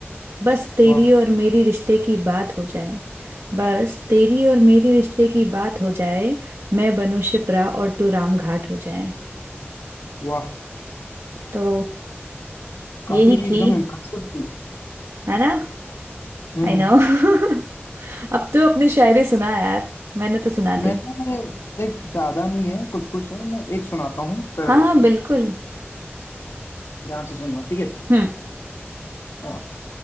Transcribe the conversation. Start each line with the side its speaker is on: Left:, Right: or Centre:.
Right: बस तेरी
Left: वाह
Right: और मेरी रिश्ते की बात हो जाए बस तेरी और मेरी रिश्ते की बात हो जाए मैं बनूं शिप्रा और तू रामघाट हो जाए
Left: वाह
Right: तो
Left: काफी
Right: यही थी
Left: एकदम इम्प्रेसिव थी
Right: है ना
Left: हम्म
Right: आई नो <laughs> अब तो अपनी शायरी सुना यार मैंने तो सुना
Left: मैं
Right: दी
Left: देख ज्यादा नहीं है कुछ कुछ है मैं एक सुनाता हूँ फिर
Right: हाँ
Left: देखते
Right: हाँ बिल्कुल
Left: हैं ध्यान से सुनना ठीक है
Right: हम्म
Left: अ,